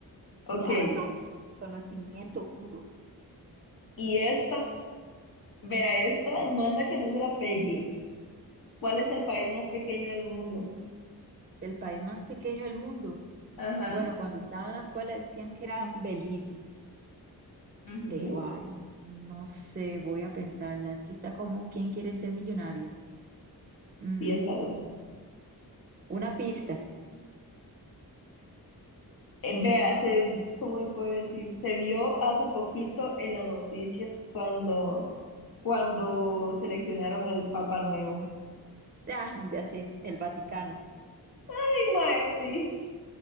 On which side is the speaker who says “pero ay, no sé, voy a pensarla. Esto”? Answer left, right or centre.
Right